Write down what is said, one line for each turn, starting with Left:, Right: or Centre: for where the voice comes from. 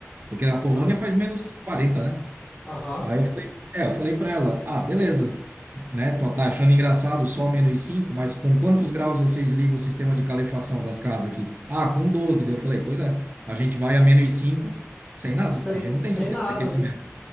Right: Porque a Polônia
Left: ah,
Right: faz menos quarenta né?
Left: aham.
Right: Aí eu falei, é, eu falei para ela, ah, beleza, né? Tô, tá achando engraçado só menos 5, mas com quantos graus vocês ligam o sistema de calefação das casas aqui? Ah, com 12. Daí eu falei, pois é, a gente vai a menos 5 sem nada.
Left: Sem,
Right: A gente não tem
Left: sem
Right: sistema
Left: nada,
Right: de aquecimento.
Left: né?